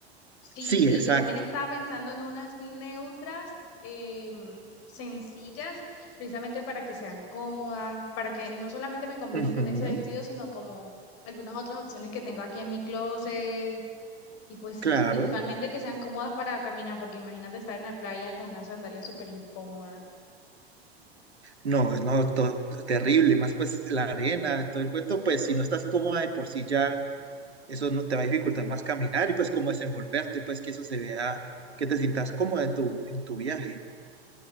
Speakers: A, on the left; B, on the right.
A: Sí,
B: Sí,
A: sí,
B: exacto.
A: yo también estaba pensando en unas neutras em, sencillas, precisamente para que sean cómodas, para que no solamente me combinen
B: Ujú,
A: con ese vestido, sino como algunas otras opciones que tengo aquí en mi closet. Y pues sí,
B: claro.
A: principalmente que sean cómodas para caminar, porque imagínate estar en la playa con unas sandalias súper incómodas.
B: No, no, to- terrible. Más pues la arena, todo el cuento, pues si no estás cómoda de por sí ya, eso no te va a dificultar más caminar y pues como desenvolverte, pues que eso se vea, que te sientas cómoda en tu, en tu viaje.